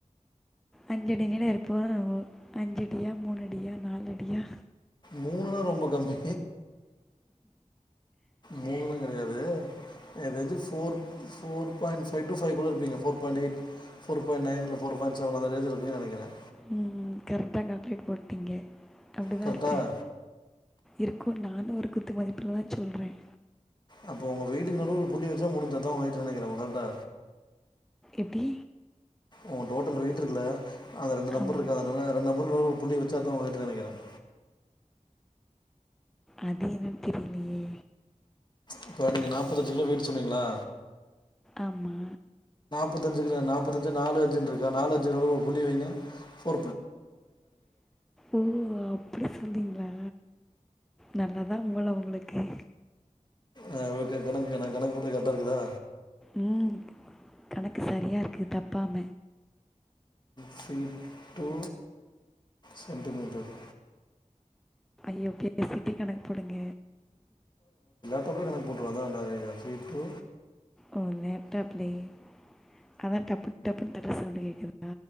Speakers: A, in the centre; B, on the left.
A: அஞ்ச அடி நீ இருப்போ அஞ்சடியா மூணு அடியா நாலுடியா
B: மூணு தான் ரொம்ப கம்மி மூணலாம் கிடையாது அது வந்து ஃபோ பர் பிண்ட் ஃவ பைவ கூட இருப்பீ ஃபோ பிண்ட்யிட் ஃபோ பாயண்ட் நைன்ல்லை ஃபோ பாயண்ட் சென் அந்ததது இருக்குன்னு நினைக்கிறேன்
A: உம் கரெக்டா கட்லேட் போட்டீங்க அப்படிதான்
B: கரெக்டாக
A: இருப்பேன் இருக்கும் நானும் ஒரு குத்து மதிப்பில் தான் சொல்கிறேன்
B: அப்போ உங்க வீட்டுக்கு நல்ல ஒரு புள்ளி வச்சா முடிஞ்ச தான் உங்க வட்டு நினைக்கிறாங்க கரெக்டா
A: எடி
B: உ டோட்டல் வெக்கிட்டுருக்குல அந்த ரெண்டு நம்பர்
A: ஆமாம்
B: இருக்கு அ ரெண்டு நம்பர் புள்ளி வச்சா தான் உங்க வட்டு நினைக்கிறேன்
A: அது என்னன் தெரியலையே
B: இப்ப நீங்க நாப்பத்தஞ்சு கிலோ வீடு சொன்னீங்களா
A: ஆமா
B: நாபதஞ்குது நாபதஞ்ச நாலுஞ்சுறிக நாலுஞ்சு நடுல ஒரு புள்ளி வைங்க போ
A: ஓ அபடி சொனீங்களா நல்லாதா மூள உங்களுகு ஓகே
B: ஆஹ் ஓகே கணக்கு நா கணக்கு கூட கரெடா இருகுதா
A: உம் கணக்கு சரியா இருகு தபாம
B: சி டு சென்டிமீடர்
A: ஐயோ பேசிடே கணக்கு போடுங்க
B: அப்டியே கணகு போட்ருவ அதா சி டு
A: ஓ லேப்டாப்லயே அதா டபு டபுனு தற சவுண்ட் கேகுது